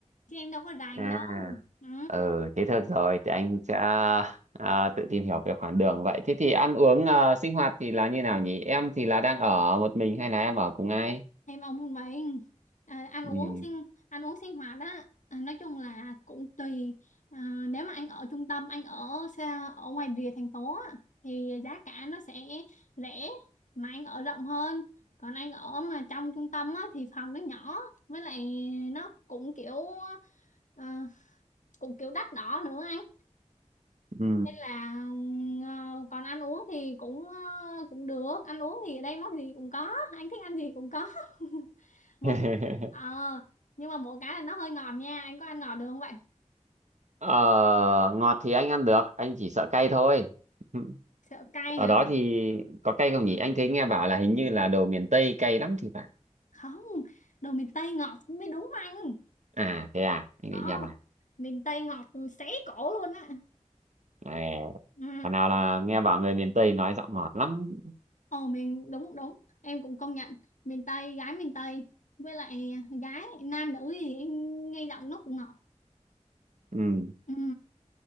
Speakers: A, on the left; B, on the right.
A: chứ em đâu có rành
B: à
A: đâu ừ
B: Ừ, thế được rồi, thì anh sẽ à, tự tìm hiểu về khoảng đường vậy. Thế thì ăn uống à, sinh hoạt thì là như nào nhỉ? Em thì là đang ở một mình hay là em ở cùng ai?
A: em ông một mình à, ăn
B: Ừ.
A: uống sinh ăn uống sinh hoạt á à, nói chung là cũng tùy à, nếu mà anh ở trung tâm anh ở xa ở ngoài rìa thành phố á, thì giá cả nó sẽ rẻ mà anh ở rộng hơn còn anh ở mà trong trung tâm á, thì phòng nó nhỏ với lại nó cũng kiểu à, cũng kiểu đắt đỏ nữa anh
B: Ừ.
A: nên là à, còn ăn uống thì cũng à, cũng được ăn uống thì ở đây món gì cũng có anh thích ăn gì cũng có <laughs> mỗi
B: <laughs>
A: ờ nhưng mà mỗi cái là nó hơi ngọt nha anh có ăn ngọt được không vậy
B: Ờ, ngọt thì anh ăn được, anh chỉ sợ cay thôi. <laughs>
A: sợ cay
B: Ở
A: hả
B: đó thì có cay không nhỉ? Anh thấy nghe bảo là hình như là đồ miền Tây cay lắm thì phải.
A: không đồ miền Tây ngọt mới đúng anh
B: À, thế à, anh
A: ờ
B: định nhà bà.
A: miền Tây ngọt xé cổ luôn á
B: À,
A: ừ
B: còn nào là nghe bảo người miền Tây nói giọng ngọt lắm.
A: ồ miền đúng đúng em cũng công nhận miền Tây gái miền Tây với lại à, gái nam nữ gì em nghe giọng nó cũng ngọt
B: Ừ.
A: ừ